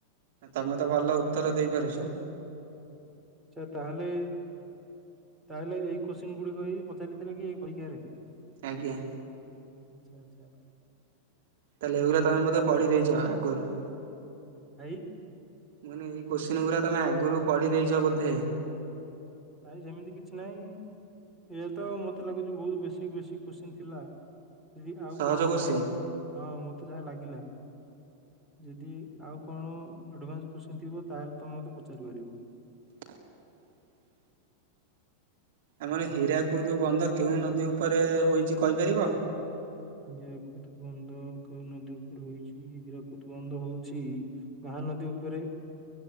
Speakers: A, on the right; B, in the centre.
A: ତମେ ତ ଭଲ ଉତ୍ତର ଦେଇପାରୁଚ।
B: ଆଛା ତାହେଲେ ତାହେଲେ ଏଇ କୋଶ୍ଚନ୍ ଗୁଡିକ ହି ପଚାରି <unintelligible> ଏଇ ପରିକା ରହିବ।
A: ଆଜ୍ଞା।
B: ଆଚ୍ଛା ଆଚ୍ଛା ଆଛା।
A: ତାହେଲେ ଏଉରା ତମେ ବୋଧେ ପଢି ଦେଇେଛ ଆଗରୁ।
B: ଭାଇ।
A: ମାନେ ଏଇ କୋଶ୍ଚିିନି ଗୁଡ଼ା ତମେ ଆଗରୁ ପଢି ଦେଇେଇଛ ବୋଧେ।
B: ନାଇଁ ସେମିତି କିଛି ନାଇଁ। ଇଏ ତ ମୋତେ ଲାଗୁଛି ବହୁତ ବେଶୀ ବେଶୀ କୋଶ୍ଚିନ୍ ଥିଲା। ଦିଦି ଆଉ
A: ସହଜ
B: କଣ
A: କୋଶ୍ଚିନ୍।
B: ହଁ ମତେ ଯାହା ଲାଗିଲା। ଯଦି ଆଉ କଣ ଆଡଭାନ୍ସ କୋଶ୍ଚିନ୍ ଥିବ ତାହେଲେ ତମେ ମତେ ପଚାରି ପାରିବ।
A: <inaudible> ଆମର ହୀରାକୁଦ ବନ୍ଧ କେଉ ନଦୀ ଉପରେ ହୋଇଚି କହିପାରିବ।
B: ହିରାକୁଦ ବନ୍ଧ କେଉଁ ନଦୀ ଉପରେ ହୋଇଛି ହରାକୁଦ ବନ୍ଧ ହଉଛି ମା ମହାନଦୀ ଉପରେ।